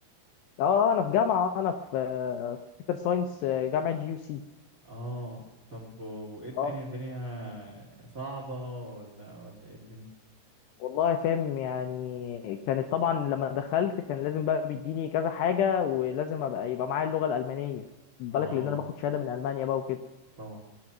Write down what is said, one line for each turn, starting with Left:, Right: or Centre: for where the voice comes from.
Left: اه انا في جامعه انا في في كمبيوتر ساينس جامعه جي يو سي
Right: اه طب و- وإيه الدنيا
Left: اه
Right: الدنيا صعبة ولا ولا إيه الدنيا؟
Left: والله فاهم يعني كانت طبعا لما دخلت كان لازم بقى بيديني كذا حاجه ولازم ابقى يبقى معايا اللغه الالمانيه خد
Right: اه
Left: بالك لان انا باخد شهاده من المانيا بقى وكده
Right: طبعا